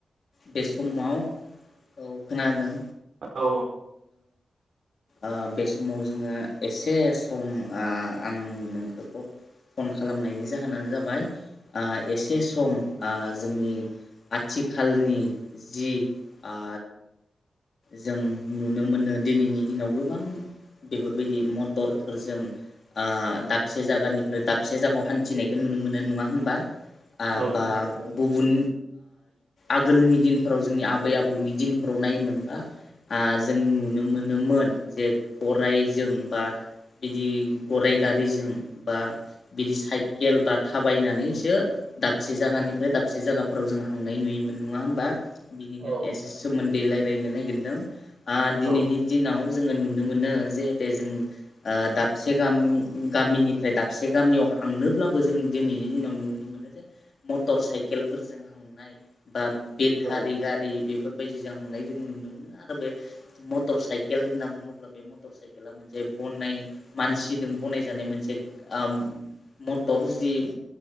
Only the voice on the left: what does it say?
बे समाव औ खोनादों
औ बे समाव जोङो एसे एसे सम आं नोंखखौ फन खालामनायनि जाहोनानो जाबाय एसे सम आ जोंनि आथिखालनि जि आ जों नुनो मोनो दिनैनि दिनाव गोबां बेफोरबायदि मटरफोरजों ओ दाबसे जायगानिफ्राय दाबसे जायगायाव हान्थिनायखौ नुनो मोनो नङा होमबा आ
बा
गुबुन आगोलनि दिनफोराव जोंनि आबै आबौनि दिन फोराव नायोमोन आ जों नुनो मोनोमोन जे गरायजों बा बिदि गरराय गारिजों बा बिदि साइकेल बा थाबायनानैसो दाबसे जायगानिफ्राय
दाबसे जाया फोराव जों हांनाय नुयोमोन नङा होमबा बिनिनो
एसे सोमोन्दै रायजलायनो नागिरदों आ दिनैनि
दिनाव जोङो नुनो मोनो जिहेते जों ओ दाबसे गामि गामिनिफ्राय दाबसे गामियाव हांनोब्लाबो जों दिनैनि दिनाव नुनो मोनो जे मटर साइकेलफोरजों हांनाय ओ बेटारि
गारि बेफोरबायदि जों थांनाय जों नुनो मोनो आरो बे मटर साइकेल होनना बुङोब्ला बे मटर साइकेला मोनसे बनाय मानसिजों बनाय जानाय मोनसे ओ मथर जि